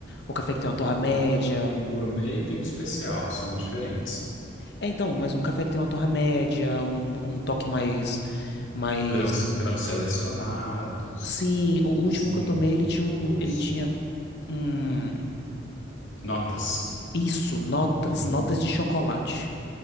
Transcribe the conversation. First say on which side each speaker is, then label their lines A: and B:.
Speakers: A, on the left; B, on the left.
A: O café que tem uma torra média.
B: por- Tem, tem o gourmet e tem o especial, são diferentes.
A: É, então, mas um café que tem uma torra média, um, um toque mais, mais...
B: Grãos, grãos selecionados,
A: Sim, o último
B: sim,
A: que eu tomei, ele
B: o-
A: tinha um,
B: os
A: ele tinha um.
B: notas.
A: Isso, notas,
B: Uhum.
A: notas de chocolate.